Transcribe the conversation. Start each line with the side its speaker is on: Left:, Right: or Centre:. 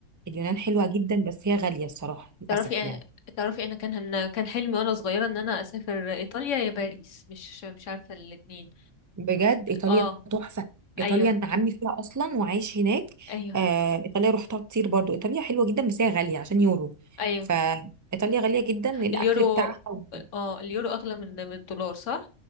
Right: اليونان حلوه جدا بس هي غاليه الصراحه للاسف
Left: تعرفي
Right: يعني
Left: تعرفي انا كان أنا كان حلمي وانا صغيره ان انا اسافر ايطاليا يا باريس مش مش عارفه الاتنين
Right: بجد ايطاليا
Left: اه
Right: تحفه ايطاليا
Left: ايوه
Right: انا عمي فيها اصلا وعايش هناك
Left: ايوه
Right: آه ايطاليا روحتها كتير برضو ايطاليا حلوه جدا بس هي غاليه عشان يورو
Left: ايوه
Right: فايطاليا غاليه جدا الاكل
Left: اليورو
Right: بتاعها و-
Left: اه اليورو اغلى من من الدولار صح